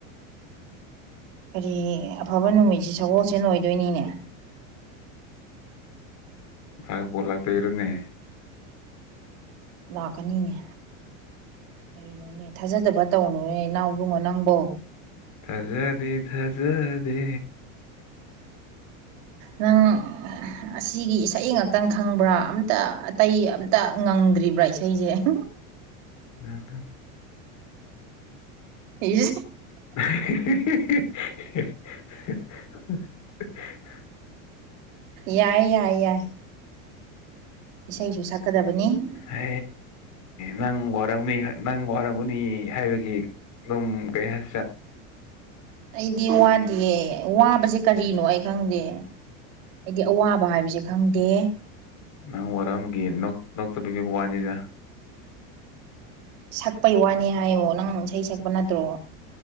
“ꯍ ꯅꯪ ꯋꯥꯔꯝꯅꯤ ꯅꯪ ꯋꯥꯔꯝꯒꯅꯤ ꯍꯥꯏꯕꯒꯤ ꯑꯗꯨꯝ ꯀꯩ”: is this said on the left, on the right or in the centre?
Left